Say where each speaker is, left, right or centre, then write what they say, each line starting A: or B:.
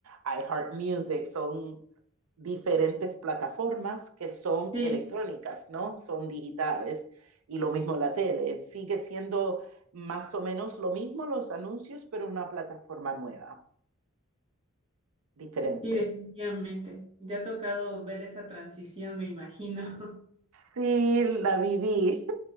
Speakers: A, on the right; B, on the right.
A: iHeartMusic, son diferentes plataformas que son
B: Sí,
A: electrónicas, ¿no? Son digitales. Y lo mismo la tele, sigue siendo más o menos lo mismo los anuncios, pero una plataforma nueva, diferente.
B: sí, definitivamente. Te ha tocado ver esa transición, me imagino. <laughs>
A: Sí, la viví.